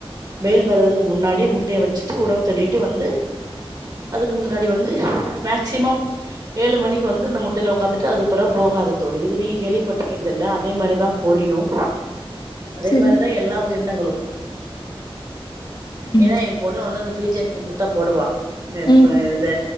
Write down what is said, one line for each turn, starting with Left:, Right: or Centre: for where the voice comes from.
Right: வெயில் வருவதுக்கு முன்னாடி முட்டைய வச்சுட்டு உணவு தெடிட்டு வந்து அதுக்கு முன்னாடி வந்து மேக்சிமம் ஏழு மணிக்கு வந்து இந்த முட்டையில ஒக்காந்துட்டு அது பிறகு போக ஆது தோழி இது நீ கேள்விப்பட்ருக்கியானு தெரில அதே மாரிதா கோழியும் அதே
Left: சரி.
Right: மாரிதா எல்லா உயிரினங்களும்
Left: ம்.
Right: ஏனா எ பொண்ணு வந்து அந்த பீஜனுக்கு முட்ட போடுவா இப்ப
Left: ம்.
Right: இந்த